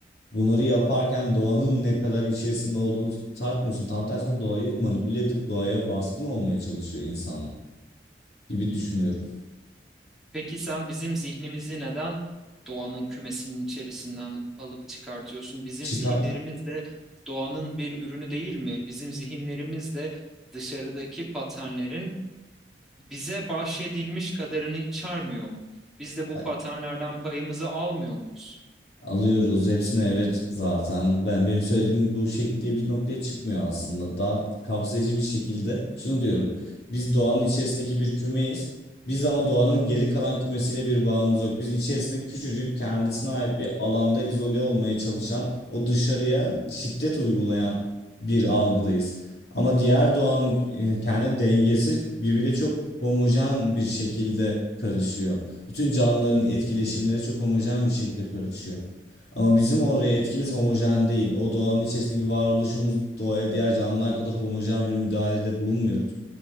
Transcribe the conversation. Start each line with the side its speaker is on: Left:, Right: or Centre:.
Left: Bunları yaparken doğanın ne kadar içerisinde olduğunu tartmıyorsun. Tam tersine doğayı manipüle edip doğaya baskın olmaya çalışıyor insan gibi düşünüyorum.
Centre: Peki sen bizim zihnimizi neden doğanın kümesinin içerisinden alıp çıkartıyorsun? Bizim
Left: <laughs> Çıkar
Centre: zihinlerimiz de doğanın bir ürünü değil mi? Bizim zihinlerimiz de dışarıdaki paternlerin bize bahşedilmiş kadarını içermiyor mu? Biz de bu
Left: <laughs>
Centre: paternlerden payımızı almıyor muyuz?
Left: Alıyoruz hepsini evet zaten. Ben benim söylediğim bu şekilde bir noktaya çıkmıyor aslında. Daha kapsayıcı bir şekilde şunu diyorum. Biz doğanın içerisindeki bir kümeyiz. Biz ama doğanın geri kalan kümesiyle bir bağımız yok. Biz içerisinde küçücük kendisine ait bir alanda izole olmaya çalışan, o dışarıya şiddet uygulayan bir algıdayız. Ama diğer doğanın e, kendi dengesi birbiriyle çok homojen bir şekilde karışıyor. Bütün canlıların etkileşimleri çok homojen bir şekilde karışıyor. Ama bizim oraya etkimiz homojen değil. O doğanın içerisindeki varoluşumuz doğaya diğer canlılar kadar homojen bir müdahalede bulunmuyoruz.